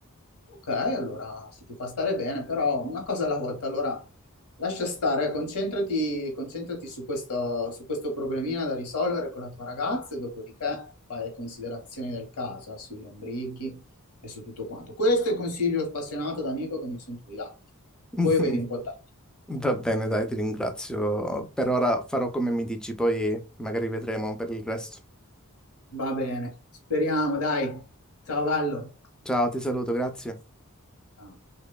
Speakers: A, on the left; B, in the centre.
A: Ok, allora se ti fa stare bene, però una cosa alla volta, allora lascia stare, concentrati, concentrati su questo, su questo problemino da risolvere con la tua ragazza e dopodiché fai le considerazioni del caso, eh, sui lombrichi e su tutto quanto. Questo è il consiglio spassionato da amico che mi sento di darti.
B: <laughs>
A: Poi vedi un po' te.
B: Va bene, dai, ti ringrazio. Per ora farò come mi dici, poi magari vedremo per il resto.
A: Va bene, speriamo, dai. Ciao, bello.
B: Ciao, ti saluto, grazie.
A: Ciao.